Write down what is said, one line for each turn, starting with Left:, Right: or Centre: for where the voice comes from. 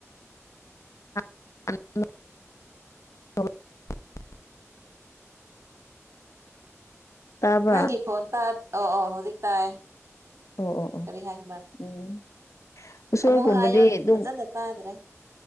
Left: <unintelligible> ꯇꯥꯕ꯭ꯔꯥ
Right: ꯅꯪꯒꯤ ꯈꯣꯟꯇ ꯑꯣ ꯑꯣ ꯍꯧꯖꯤꯛ ꯇꯥꯏ
Left: ꯑꯣ ꯑꯣ ꯑꯣ
Right: ꯀꯔꯤ ꯍꯥꯏꯕ꯫
Left: ꯎꯝ ꯎꯁꯣꯏꯒꯨꯝꯕꯗꯤ
Right: ꯑꯃꯨꯛ ꯍꯥꯏꯌꯣ
Left: ꯑꯗꯨꯝ,
Right: ꯐꯖꯅ ꯇꯥꯗ꯭ꯔꯦ